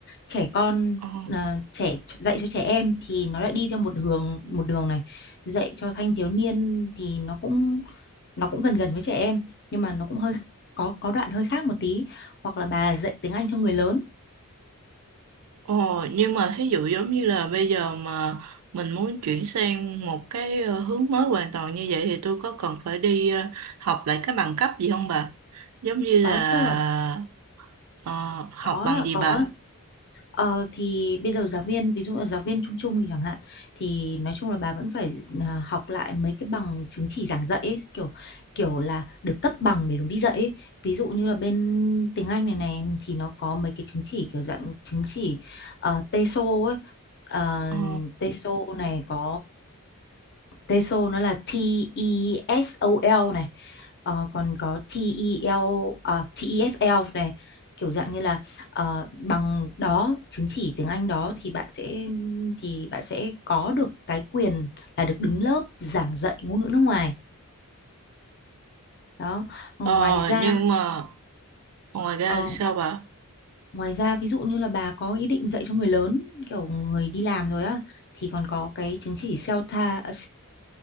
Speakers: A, on the left (about 50°); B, on the right (about 80°).
A: trẻ con
B: ờ,
A: à, trẻ dạy cho trẻ em thì nó lại đi theo một hướng một đường này dạy cho thanh thiếu niên thì nó cũng nó cũng gần gần với trẻ em nhưng mà nó cũng hơi có có đoạn hơi khác một tí hoặc là bà dạy tiếng Anh cho người lớn
B: ờ, nhưng mà thí dụ giống như là bây giờ mà mình muốn chuyển sang một cái ờ, hướng mới hoàn toàn như vậy thì tôi có cần phải đi ờ, học lại cái bằng cấp gì không bà? Giống như
A: có
B: là
A: chứ
B: ờ, học
A: có
B: bằng gì
A: có
B: bà?
A: Ờ, thì bây giờ giáo viên ví dụ là giáo viên chung chung thì chẳng hạn thì nói chung là bà vẫn phải à, học lại mấy cái bằng chứng chỉ giảng dạy ấy, kiểu kiểu là được cấp bằng để đúng đi dạy ấy. Ví dụ như là bên tiếng Anh này này thì nó có mấy cái chứng chỉ kiểu dạng chứng chỉ uh, TESOL ấy Ờ,
B: Ờ.
A: TESOL này có TESOL nó là T E S O L này Ờ, còn có T E TEL à, TEFL này kiểu dạng như là Ờ, bằng đó chứng chỉ tiếng Anh đó thì bạn sẽ thì bạn sẽ có được cái quyền là được đứng lớp giảng dạy ngôn ngữ nước ngoài đó Còn
B: Ờ,
A: ngoài ra
B: nhưng mà ngoài ra
A: ờ,
B: sao bà?
A: ngoài ra ví dụ như là bà có ý định dạy cho người lớn kiểu người đi làm rồi á thì còn có cái chứng chỉ CELTA à,